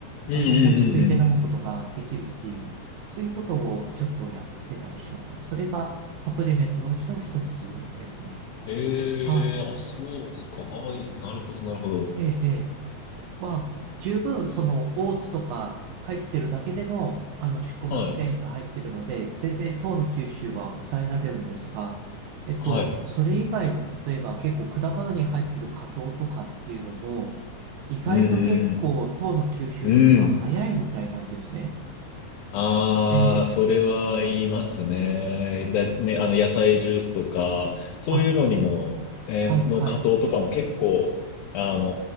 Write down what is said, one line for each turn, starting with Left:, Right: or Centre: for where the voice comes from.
Left: うんうんうんうんうんうん。
Right: あの、落ち着いて飲むことができるっていう、そういうことをちょっとやってたりします。それがサプリメントのうちの一つですね。
Left: ええあ、
Right: はい。
Left: そうっすか。ああ、いいなるほどなるほど。
Right: ええ、えまあ、十分そのオーツとか入ってるだけでも、あの食物繊維が入ってるので、
Left: はい。
Right: 全然糖の吸収は抑えられるんですが、えっと、
Left: はい。
Right: それ以外の例えば結構果物に入ってる果糖とかっていうのも、意外と結構糖の吸収率が早いみたいなんですね。
Left: うんうんうん。うん。ああ、
Right: ええ。
Left: それは言いますね。だ、ね、あの、野菜ジュースとか、そういうのにも、
Right: あ、
Left: えーの加糖とかも結構、
Right: はいはい。
Left: あの